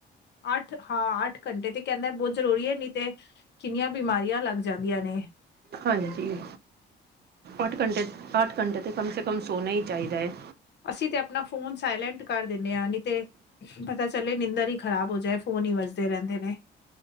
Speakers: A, on the left; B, on the right.
A: ਅੱਠ ਹਾਂ ਅੱਠ ਘੰਟੇ ਤੇ ਕਹਿੰਦਾ ਬਹੁਤ ਜ਼ਰੂਰੀ ਹੈ ਨੀ ਤੇ ਕਿੰਨੀਆ ਬਿਮਾਰੀਆ ਲੱਗ ਜਾਂਦੀਆ ਨੇ।
B: ਹਾਂਜੀ ਜੀ ਅੱਠ ਘੰਟੇ, ਅੱਠ ਘੰਟੇ ਤੇ ਕਮ ਸੇ ਕਮ ਸੋਨਾ ਹੀ ਚਾਹੀਦਾ ਹੈ।
A: ਅਸੀਂ ਤੇ ਆਪਣਾ ਫੋਨ ਸਾਇਲੈਂਟ ਕਰ ਦਿੰਦੇ ਹਾ ਨੀ ਤੇ ਪਤਾ ਚੱਲੇ ਨਿੰਦਰ ਹੀ ਖ਼ਰਾਬ ਹੋ ਜਾਏ ਫੋਨ ਹੀ ਵਜਦੇ ਰਹਿੰਦੇ ਨੇ।